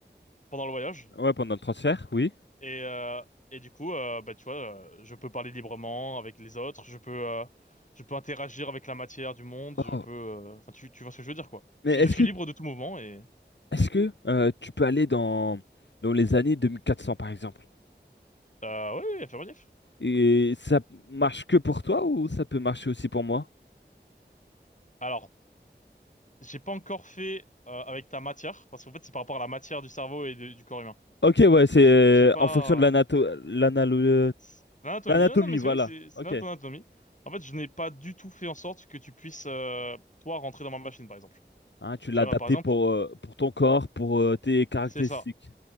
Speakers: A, on the left; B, on the left.
A: pendant le voyage.
B: Ouais, pendant le transfert, oui.
A: Et, euh, et du coup, euh, bah, tu vois, euh, je peux parler librement avec les autres, je peux, euh, je peux interagir avec la matière du monde,
B: Oh.
A: je peux, euh, enfin, tu, tu vois ce que je veux dire, quoi.
B: Mais
A: C'est-
B: est-ce
A: Je suis
B: que
A: libre de tout mouvement et,
B: est-ce que euh, tu peux aller dans dans les années 2400 par exemple?
A: euh, oui, oui, affirmatif.
B: Et ça marche que pour toi ou ça peut marcher aussi pour moi?
A: Alors, j'ai pas encore fait, euh, avec ta matière, parce qu'en fait, c'est par rapport à la matière du cerveau et de- du corps humain.
B: Ok, ouais, c'est
A: J'ai
B: euh,
A: j'ai pas,
B: en fonction de l'anato- l'analo-
A: c'est l'anatomie,
B: l'anatomie,
A: non, non, mais c'est
B: voilà.
A: oui, c'est c'est
B: Ok.
A: notre anatomie. En fait, je n'ai pas du tout fait en sorte que tu puisses, euh, toi, rentrer dans ma machine, par exemple.
B: Hein, tu
A: Tu
B: l'as
A: vois,
B: adapté
A: par exemple,
B: pour euh, pour ton corps, pour euh, tes caractéristiques.
A: c'est ça.